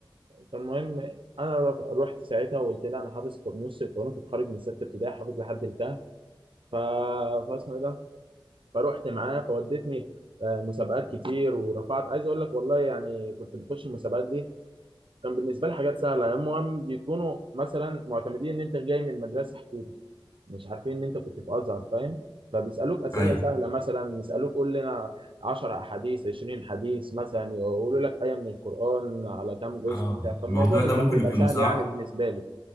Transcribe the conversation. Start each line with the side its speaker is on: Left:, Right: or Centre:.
Right: فالمهم انا ر- رحت ساعتها وقلت لها انا حافظ نص القران كنت خارج من سته ابتدائي حافظ لحد الكهف ف... فاسمه ايه ده فروحت معاه فودتني آه، مسابقات كتير ورفعت عايز اقول لك والله يعني كنت بخش المسابقات دي كان بالنسبه لي حاجات سهله المهم بيكونوا مثلا معتمدين ان انت جاي من مدرسه حكومه مش عارفين ان انت كنت في ازهر فاهم فبيسالوك اسئله
Left: ايوه
Right: سهله مثلا يسالوك قول لنا 10 احاديث 20 حديث مثلا يقولوا لك ايه من القران على كام جزء
Left: اه
Right: بتاع فالموضوع
Left: الموضوع
Right: بي-
Left: ده
Right: كان
Left: ممكن
Right: بيبقى
Left: يكون
Right: سهل
Left: صعب
Right: يعني بالنسبه لي